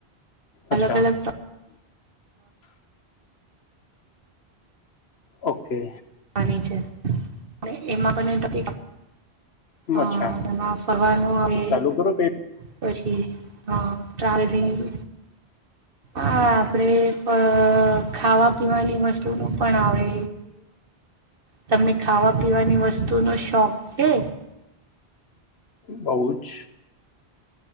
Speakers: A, on the right (about 60°); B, on the left (about 75°).
A: અલગ-અલગ
B: અચ્છા ઓકે.
A: માંની છે અને એમાં બન્ને માંથી હા,
B: અચ્છા
A: એમાં ફરવાનું આવે
B: ચાલુ કરો કઈ
A: પછી હા ટ્રાવેલિંગ હા આપણેે પણ ખાવા પીવાની વસ્તુ નું પણ આવે તમે ખાવા પીવાની વસ્તુનો શોખ છે.
B: બઉુ જ.